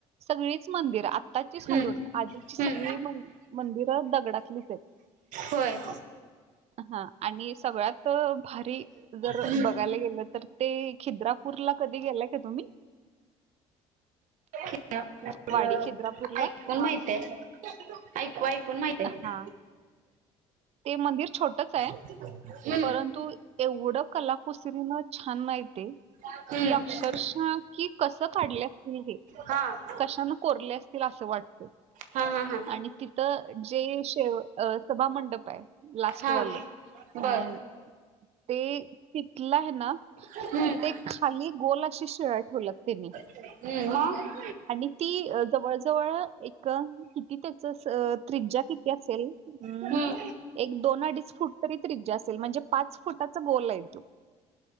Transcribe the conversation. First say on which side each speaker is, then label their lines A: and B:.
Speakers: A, on the right; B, on the right.
A: सगळीच मंदिर आत्ताची सोडून
B: हम्म
A: आधीची सगळी
B: हम्म
A: मंदिरं दगडातली
B: होय.
A: हा आणि सगळ्यात भारी जर
B: हम्म
A: बघायला गेलं तर ते खिद्रापूर ला कधी गेलाय का तुम्ही?
B: खिद्रापूर
A: वाडी खिद्रापूरला?
B: ऐकून आहे ते. ऐकू, ऐकून माहित आहे.
A: हां. ते मंदिर छोटच आहे.
B: ह <inaudible>
A: परंतु एवढं कलाकुसरीनं छान माहित आहे.
B: हम्म
A: कि अक्षरशा की कस काढले असतील हे.
B: हा.
A: कशान कोरले असतील असं वाटते.
B: हा हा हा
A: आणि तिथं जे शे सभामंडप आहे लास्टवालं
B: हा बर
A: अं ते तिथलं आहे ना तिथे
B: हम्म
A: खाली गोल अशी शिळा ठेवल्यात त्यांनी.
B: हम् मग
A: आणि ती जवळ च जवळ एक किती त्याच त्रिज्या किती असेल अम.
B: हम्म
A: एक दोन अडीच फुट तरी त्रिज्या असेल म्हणजे पाच फुटाचा गोल आहे तो.